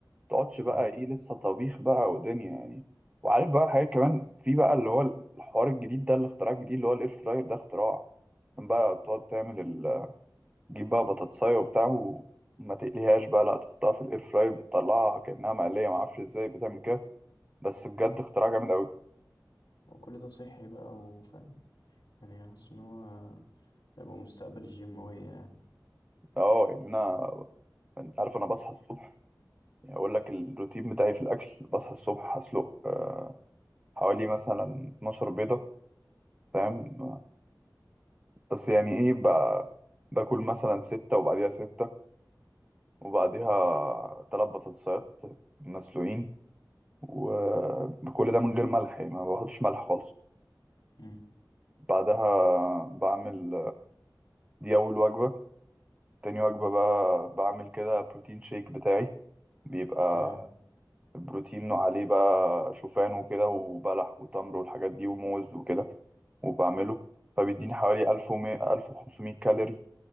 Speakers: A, on the right; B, on the left.
A: متقعدش بقى
B: أيوة
A: ايه لسه طبيخ بقى ودنيا يعني وعارف بقى الحاجات كمان في بقى اللي هو الحوار الجديد ده الاختراع الجديد اللي هو الاير فراير ده اختراع كان بقى بتقعد تعمل ال... تجيب بقى بطاطساية وبتاع وما تقليهاش بقى لا تحطها في الاير فراير بتطلعها كأنها مقلية معرفش ازاي بتعمل كده بس بجد اختراع جامد أوي
B: وكل ده صحي بقى وفاهم يعني حاسس إن هو هيبقى مستقبل الجيم هو يعني
A: اه يعني انا انت عارف انا بصحى الصبح يعني اقول لك الروتين بتاعي في الاكل بصحى الصبح هسلق آه، حوالي مثلا 12 بيضة فاهم بس يعني ايه بقى باكل مثلا ستة وبعديها ستة وبعديها تلات بطاطسات مسلوقين وكل ده من غير ملح يعني ما بحطش ملح خالص
B: أمم،
A: بعدها بعمل دي أول وجبة تاني وجبة بقى بعمل كده بروتين شيك بتاعي بيبقى
B: أيوة
A: البروتين عليه بقى شوفان وكده وبلح وتمر والحاجات دي وموز وكده وبعمله فبيديني حوالي 1000 ومية- 1500 كالوري